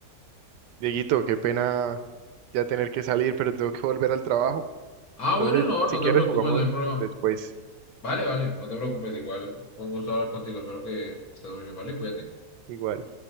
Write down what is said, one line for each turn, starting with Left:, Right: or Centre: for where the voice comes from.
Right: Dieguito, qué pena ya tener que salir, pero tengo que volver al trabajo.
Left: Ah,
Right: Entonces,
Left: bueno, no,
Right: si
Left: no
Right: quieres,
Left: te preocupes,
Right: jugamos
Left: no hay problema.
Right: después.
Left: Vale, vale, no te preocupes. Igual fue un gusto hablar contigo. Espero que estés muy bien, ¿vale? Cuídate.
Right: Igual.